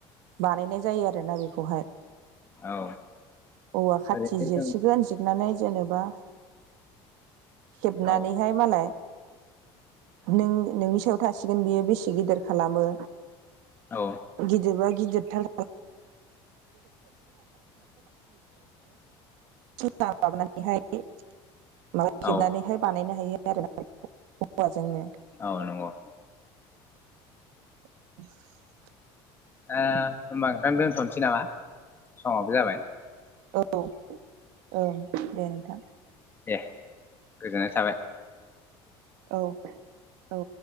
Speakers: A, on the right; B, on the left.
A: बानायनाय जायो आरोना बेखौहाय
B: औ
A: औवा खाथि
B: ओरैनो
A: जिरसिगोन
B: जों
A: जिरनानै जेनेबा हेबनानैहाय
B: औ
A: मालाय नों नोंनि सायाव थासिगोन बियो बेसे गिदिर खालामो
B: औ
A: गिज बा गिज थार जिना लाानानैहाय माबा खेबनानैहाय
B: औ
A: बानायनो हायो आरो नाखौ हौवाजोंनो
B: औ नंगौ
A: <inaudible>
B: ए होमबा नोंथां दोनथ'नोसै नामा समावबो जाबाय?
A: औ ओं दे नोंथां।
B: दे गोजोननाय थाबाय।
A: औ औ